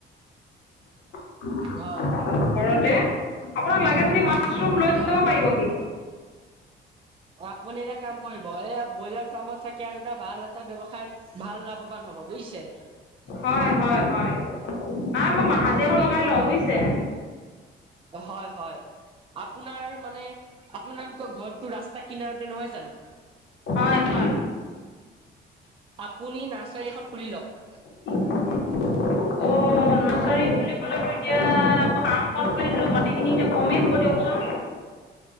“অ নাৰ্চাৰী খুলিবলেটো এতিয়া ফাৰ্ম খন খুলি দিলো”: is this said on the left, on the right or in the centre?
Left